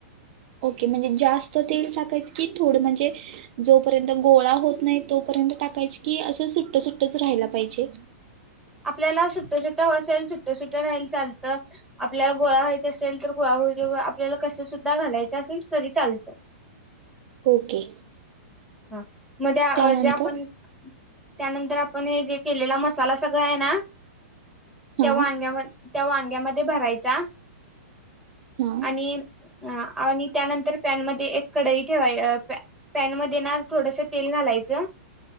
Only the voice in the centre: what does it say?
आपल्याला सुट्टं सुट्टं असेल सुट्टं सुट्ट राहायल चालतं आपल्याला गोळा व्हायचा असेल तर गोळा <unintelligible> आपल्याला कसे सुद्धा घालायच असेल तरी चालतं.
हां म् त्या
अ ज्या पण त्यानंतर आपण हे जे केलेला मसाला अस् सगळं हाय ना
त्या वांग्या म त्या वांग्यामध्ये भराय् त्या
आणि अ आणि त्यानंतर पॅन मध्ये एक कडई ठेवाय अ् पॅ् पॅनम देणार थोडसं तेल घालायचं